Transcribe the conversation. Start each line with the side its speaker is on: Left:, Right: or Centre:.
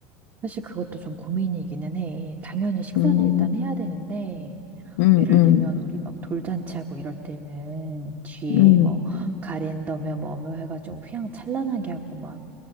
Right: 사실 그것도 좀 고민이기는 해. 당연히 식사는
Left: 음,
Right: 일단 해야 되는데,
Left: 음,
Right: 예를
Left: 음.
Right: 들면 우리 막 돌잔치하고 이럴 때는 뒤에
Left: 음.
Right: 뭐 가랜더며 뭐며 해가지고 휘황찬란하게 하고 막